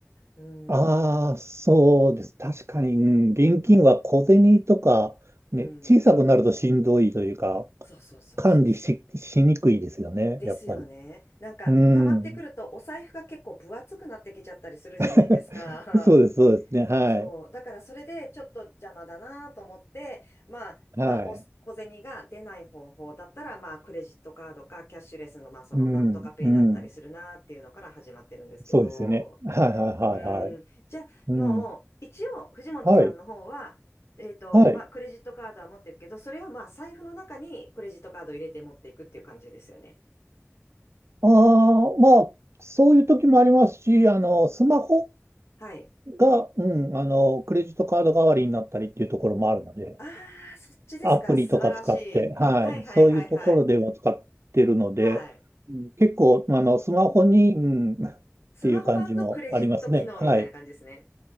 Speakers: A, on the left; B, on the right.
A: うん、
B: ああ、そうです。確かに、うん、現金は小銭とか、
A: うん。
B: ね、小さくなるとしんどいというか、
A: そうそうそうそうそ
B: 管理し、しにくいですよね、
A: う。ですよね。
B: やっぱり。
A: なんか、
B: うん。
A: 溜まってくると、お財布が結構分厚くなってきちゃったりするじゃないですか。
B: <laughs> そうです、そうですね。はい。
A: そう。だからそれでちょっと邪魔だなと思って、まあ、
B: はい。
A: まあ、お小銭が出ない方法だったら、まあ、クレジットカードかキャッシュレスの、まあ、そのなんとかペイだったりするなっていうのから始まってるんですけど、
B: うん、うん。そうですよね。はい、はい、
A: うーん。
B: はい、はい。
A: じゃあ、
B: うん。
A: もう、一応、藤本さんの方は、
B: はい、
A: えっと、
B: はい。
A: まあ、クレジットカードは持ってるけど、それをまあ、財布の中にクレジットカードを入れて持っていくっていう感じですよね。
B: ああ、まあ、そういう時もありますし、あの、スマホ
A: はい。
B: が、うん、あの、クレジットカード代わりになったりっていうところもあるので、
A: ああ、そっちですか。
B: アプリとか使って、
A: 素晴らしい。
B: はい、
A: はいはいはいはい。
B: そういうところでも使ってるので、
A: はい。
B: うん結構、あの、スマホに、うん、っていう感じもありますね。
A: スマホ版のクレジット機能みたいな感じですね。
B: はい。